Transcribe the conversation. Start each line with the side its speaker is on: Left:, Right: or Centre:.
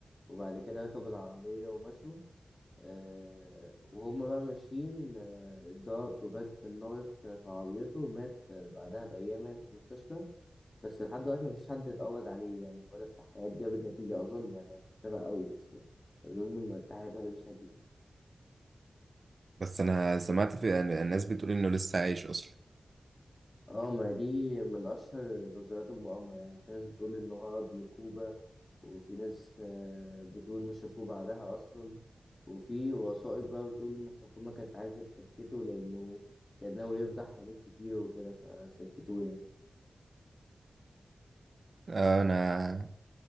Left: وبعد كده ركبوا العربية ومشوا آه وهم بقى ماشيين آه، اتضرب توباك بالنار في في عربيته ومات آه، بعدها بأيام يعني في المستشفى بس لحد دلوقتي مفيش حد اتقبض عليه يعني ولا التحقيقات جابت نتيجة أظن يعني أنا مش متابع قوي بس أظن إن التحقيقات ما جابتش نتيجة
Right: بس أنا سمعت في يعني الناس بتقول إنه لسه عايش أصلا
Left: اه ما دي من أشهر نظريات المؤامرة يعني في ناس بتقول إنه هرب لكوبا وفي ناس آه، بتقول إنه شافوه بعدها أصلا وفي وثائق بقى بتقول إن الحكومة كانت عايزة تسكته لأنه كان ناوي يفضح حاجات كتير وكده فسكتوه يعني
Right: آه، أنا